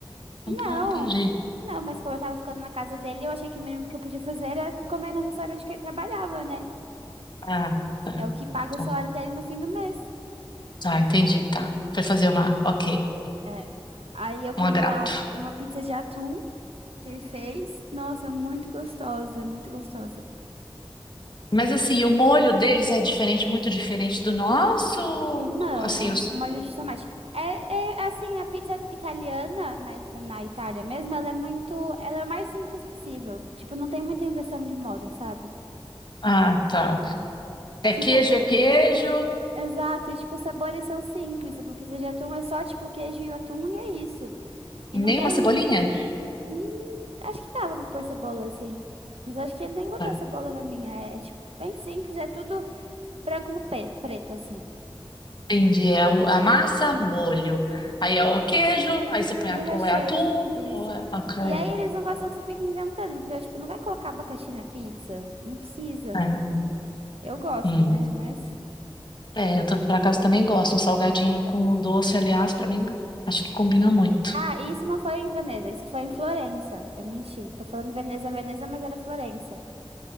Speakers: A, on the right (about 75°); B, on the left (about 50°).
A: não,
B: Não, não entendi.
A: não, mas como eu tava ficando na casa dele, eu achei que o mínimo que eu podia fazer era comer no restaurante que ele trabalhava, né?
B: Ah, tá.
A: É o que paga
B: Então,
A: o salário dele no fim do mês.
B: Tá, entendi, tá. Foi fazer uma, ok,
A: É. Aí eu comi
B: um agrado.
A: lá uma pizza de atum que ele fez. Nossa, muito gostosa, muito gostosa.
B: Mas assim, o molho deles é diferente, muito diferente do nosso.
A: Não,
B: Assim,
A: é um-
B: os...
A: uma molho de tomate. É, é, assim, a pizza italiana na, na Itália mesmo, ela é muito, ela é o mais simples possível. Tipo, não tem muita invenção de moda, sabe?
B: Ah, tá. É
A: Tipo,
B: queijo, é queijo.
A: exato, e tipo, os sabores são simples. Uma pizza de atum é só tipo queijo e o atum e é isso. E
B: Nem
A: não tem,
B: uma cebolinha?
A: hum, acho que dava pra pôr cebola assim. Mas acho que ele nem botou
B: Tá.
A: a cebola na minha. É, é, tipo bem simples, é tudo branco no pe- preto assim.
B: Entendi. É a, a massa, molho. Aí é o queijo, aí você põe
A: E
B: atu-
A: o recheio,
B: ou é atum,
A: isso.
B: ou é... Ok.
A: E aí eles não gostam que você fique inventando, entendeu? Tipo, não vai colocar abacaxi na pizza? Não precisa.
B: É,
A: Eu gosto,
B: hum.
A: né? Mas. <laughs>
B: É, eu tô, por acaso também gosto. Um salgadinho com doce, aliás, pra mim, acho que combina muito.
A: Ah, e isso não foi em Veneza, isso foi em Florença. Eu menti. Tô falando Veneza, Veneza, mas era Florença.